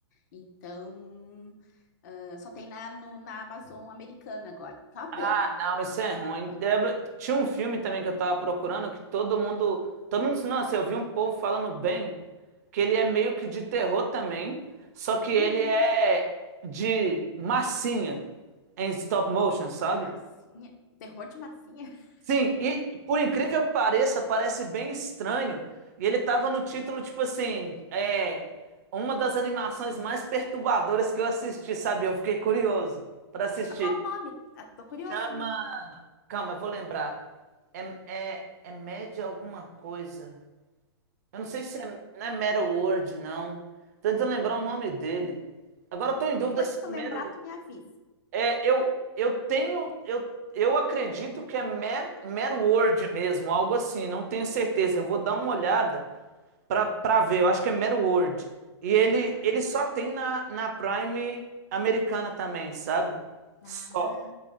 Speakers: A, on the left (about 40°); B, on the right (about 35°).
A: Então, ah, só tem na, no- na Amazon americana agora, que é uma
B: Ah,
A: pena.
B: não, isso
A: Assim,
B: é
A: muito
B: ruim.
A: bom.
B: Eu lembro- tinha um filme também que eu tava procurando que todo mundo. Todo mundo. Nossa, eu vi um povo falando bem que ele é meio que de terror também, só que ele
A: Uhum,
B: é de massinha em stop motion,
A: de
B: sabe?
A: massinha. Terror de massinha. <laughs>
B: Sim, e por incrível que pareça, parece bem estranho. E ele tava no título, tipo assim, é uma das animações mais perturbadoras que eu assisti, sabe? Eu fiquei curioso para assistir.
A: Mas qual o nome? Ah, tô curioso
B: Chama.
A: também.
B: Calma, eu vou lembrar. É, é, é média alguma coisa. Eu não sei
A: Né?
B: se é, não é Mero Word, não. Tô tentando lembrar o nome dele. Agora eu tô em dúvida
A: Depois,
B: se
A: se tu
B: é
A: lembrar,
B: Mero.
A: tu me avisa.
B: É, eu, eu tenho, eu, eu acredito que é Mad, Mad word mesmo, algo assim, não tenho certeza. Eu vou dar uma olhada para para ver, eu acho que é Mad word E ele,
A: Aham.
B: ele só tem na, na Prime americana também, sabe?
A: Ah,
B: Só.